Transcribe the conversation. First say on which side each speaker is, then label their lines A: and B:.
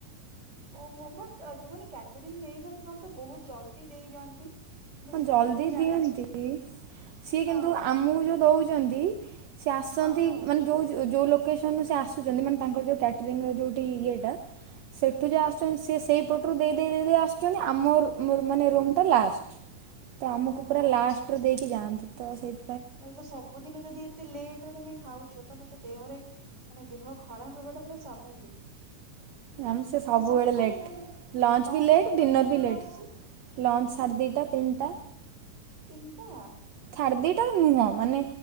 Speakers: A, on the right; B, on the right.
A: ଓହୋ ବଟ୍ ଯୋଉମାନେ କ୍ୟାଟରିଂ ନେଇଥାନ୍ତି ସେମାନେ ତ ବହୁତ ଜଲଦି ଦେଇ ଦିଅନ୍ତି। ମାନେ
B: ହଁ
A: ଯେତିକି
B: ଜଲଦି
A: ମୁଁ ଜାଣିଛି
B: ଦିଅନ୍ତି ସିଏ
A: ହଁ
B: କିନ୍ତୁ ଆମକୁ ଯୋଉ ଦଉଚନ୍ତି ସିଏ ଆସନ୍ତି
A: ହଁ
B: ମାନେ ଯୋଉ <unintelligible> ଯୋଉ ଲୋକେସନ ରୁ ସେ ଆସୁଚନ୍ତି ମାନେ ତାଙ୍କର ଯୋଉ କ୍ୟାଟରିଂ ର ଯୋଉଠି ଇଏଟା ସେଠୁ
A: ହୁଁ
B: ଯୋଉ ଆସୁଚନ୍ତି ସେ ସେଇ ପଟରୁ ଦେଇ ଦେଇ ଦେଇ ଦେଇ ଆସୁଚନ୍ତି ଆମର୍ ମୋର୍ ମାନେ ରୁମ୍ ଟା ଲାଷ୍ଟ। ତ ଆମକୁ
A: ଓହୋ
B: ପୁରା ଲାଷ୍ଟରେ
A: ଆଚ୍ଛା ଆଚ୍ଛା।
B: ଦେଇକି ଯାଆନ୍ତି ତ ସେଇ।
A: ତାହେଲେ ତ ସବୁଦିନ ଯଦି ଏତେ ଲେଟ ରେ ତମେ ଖାଉଚ ତାହେଲେ ତ ଦେହରେ ମାନେ ଦେହ ଖରାପ ହେବାଟା ପୁରା ସ୍ୱାଭାବିକ।
B: ଆମେ ସେ ସବୁବେଳେ
A: ଆଚ୍ଛା ସକାଳେ
B: ଲେଟ୍
A: ଲଞ୍ଚ୍
B: ବି ଲେଟ୍
A: ଟା ତାହେଲେ
B: ଡିନର୍
A: କେତେବେଳେ
B: ବି ଲେଟ୍
A: ଆସୁଚି?
B: ଲଞ୍ଚ୍ ସାଢ଼୍ ଦିଟା ତିନିଟା।
A: <unintelligible> ତ
B: ସାଢ଼େ ଦିଇଟାରେ ନୁହଁ ମାନେ